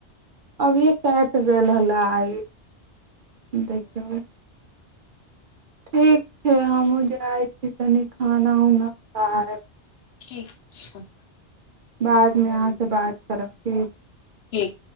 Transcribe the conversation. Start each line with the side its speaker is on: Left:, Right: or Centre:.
Right: अभियए कटि गेल हला आइ देखियौ ठीक छै हमहुँ जाइत छी तनि खाना उना खाब
Left: ठीक छै
Right: बादमे अहाँसँ बात करबके
Left: ठीक